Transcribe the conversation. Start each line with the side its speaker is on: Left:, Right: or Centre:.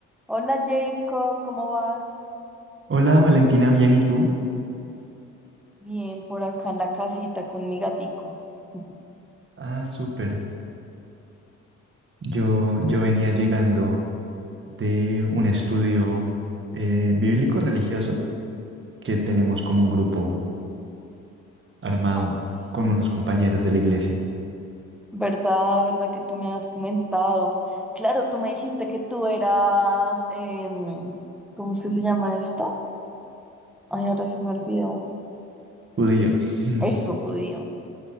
Centre: Hola Jacob, ¿cómo vas?
Right: Hola Valentina, bien, ¿y tú?
Centre: Bien, por acá en la casita con mi gatico. <laughs>
Right: Ah, súper. Yo, yo venía llegando de un estudio eh, bíblico religioso que tenemos como un grupo armado
Centre: Ay, sí.
Right: con unos compañeros de la iglesia,
Centre: ¿Verdad? ¿Verdad que tú me has comentado? Claro, tú me dijiste que tú eras, em, ¿cómo es que se llama esto? Ay, ahora se me olvidó.
Right: judío. <laughs>
Centre: Eso, judío.